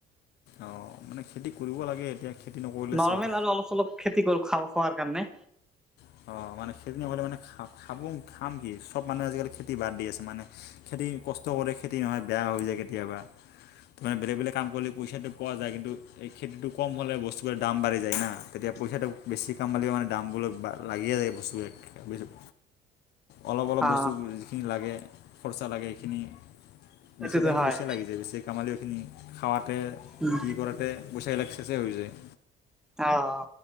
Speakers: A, on the left; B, in the centre.
A: অ, মানে খেতি কৰিব লাগে এতিয়া। খেতি নকৰিলে
B: নৰ্মেল
A: চোৱা
B: আৰু অলপ চলপ খেতি কৰো খাব খোৱাৰ কাৰণে।
A: অ মানে খেতি নকৰিলে মানে খাবো খাম কি চব মানুহে আজিকালি খেতি বাদ দি আছে মানে। খেতি কষ্ট কৰে খেতি নহয় বেয়া হৈ যায় কেতিয়াবা তাৰমানে বেলেগ বেলেগ কাম কৰিলে পইচাটো। পোৱা যায় কিন্তু, এই খেতিটো কম হ'লে বস্তুবোৰৰ দাম বাঢ়ি যায় না, তেতিয়া পইচাটো বেছি কামালীও মানে দামবোৰো বা। লাগিয়ে যায় বস্তু বিলাক, অলপ অলপ
B: অ
A: বস্তু। কি লাগে খৰচা লাগে এইখিনি বেছি
B: এইটোতো
A: টাইম
B: হয়
A: পইচাই লাগি যায় বেছি। গেমালিওখিনি খাৱাতে,
B: উম
A: কি কৰোতে পইচাবিলাক চেছেই হৈ যায়।
B: অ অ,